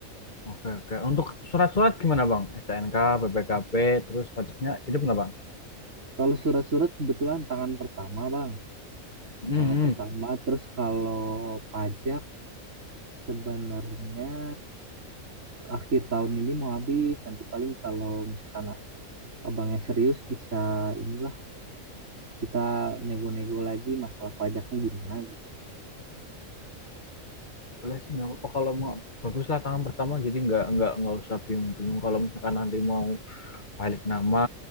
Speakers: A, on the left; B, on the right.
A: Oke, oke. Untuk surat-surat gimana Bang? STNK, BPKB, terus pajaknya hidup nggak Bang?
B: Kalau surat-surat kebetulan tangan pertama Bang,
A: Hmm,
B: tangan
A: hmm.
B: pertama. Terus kalau pajak sebenarnya akhir tahun ini mau habis nanti paling kalau misalkan abangnya serius bisa inilah kita nego-nego lagi masalah pajaknya gimana gitu.
A: boleh sih nggak apa-apa kalau mau baguslah tangan pertama jadi nggak nggak nggak usah bingung-bingung kalau misalkan nanti mau balik nama